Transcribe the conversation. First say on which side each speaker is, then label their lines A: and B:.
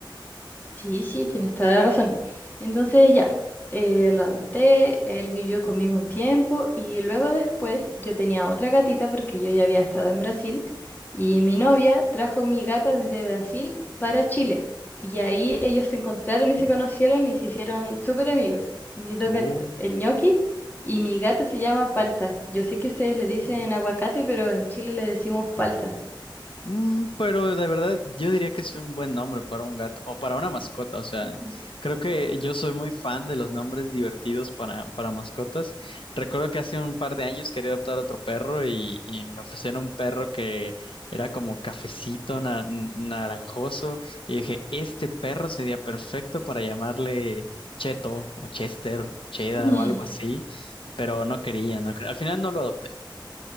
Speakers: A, on the left (about 20°); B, on the left (about 85°).
A: Sí, sí, tienes toda la razón. Entonces ya, eh, lo adopté, él vivió conmigo un tiempo y luego después yo tenía otra gatita porque yo ya había estado en Brasil y mi novia trajo mi gata desde Brasil para Chile y ahí ellos se encontraron y se conocieron y se hicieron súper amigos, mis dos
B: Oh,
A: gatitos, el ñoqui y mi gata se llama Palta. Yo sé que ustedes le dicen aguacate, pero en Chile le decimos palta.
B: Mm, pero de verdad, yo diría que es un buen nombre para un gato o para una mascota. O sea,
A: Ujú.
B: creo que yo soy muy fan de los nombres divertidos para, para mascotas. Recuerdo que hace un par de años quería adoptar otro perro y, y me ofrecieron un perro que era como cafecito, na- naranjoso. Y dije, este perro sería perfecto para llamarle Cheto o Chester o Cheddar
A: <laughs>
B: o algo así. Pero no quería, no quería. Al final no lo adopté.